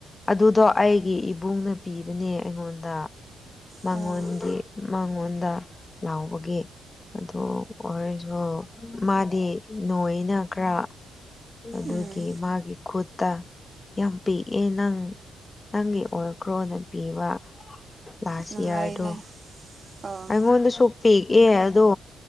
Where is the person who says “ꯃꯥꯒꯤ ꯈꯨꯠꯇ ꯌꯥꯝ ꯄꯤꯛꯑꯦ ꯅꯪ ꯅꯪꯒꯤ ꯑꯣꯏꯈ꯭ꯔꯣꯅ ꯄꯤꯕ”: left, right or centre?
Left